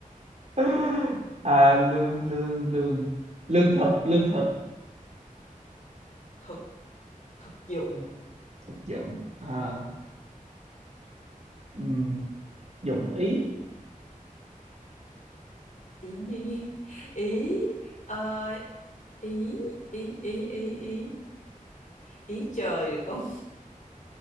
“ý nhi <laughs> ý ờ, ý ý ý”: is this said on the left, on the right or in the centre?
Left